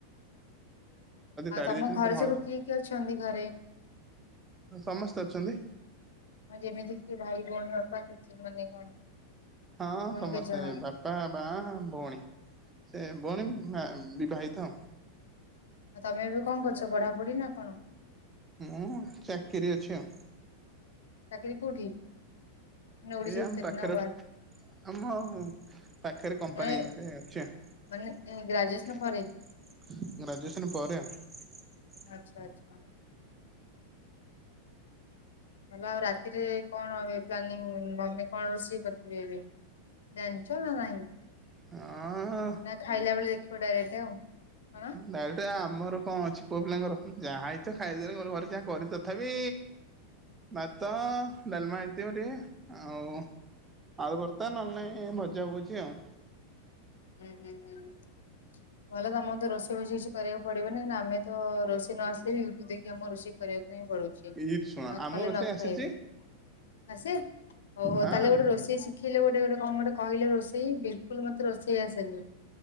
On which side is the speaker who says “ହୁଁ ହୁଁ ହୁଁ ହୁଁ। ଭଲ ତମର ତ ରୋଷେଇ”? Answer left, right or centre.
Left